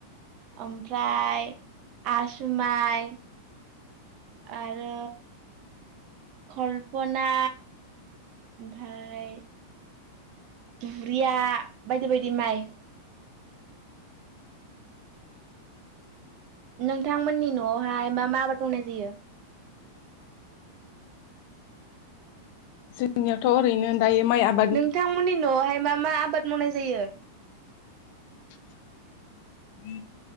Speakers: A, on the right; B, on the left.
A: ओमफ्राय आसुमाइ आरो कल्पना ओमफाय दुब्रिया बायदि बायदि माइ नोंथांमोननि न'आवहाय मा मा आबाद मावनाय जायो?
B: जोंनियावथ' ओरैनो दायो माइ आब
A: नोंथां मोननि न'आवहाय मा मा आबाद मावनाय जायो?
B: <inaudible>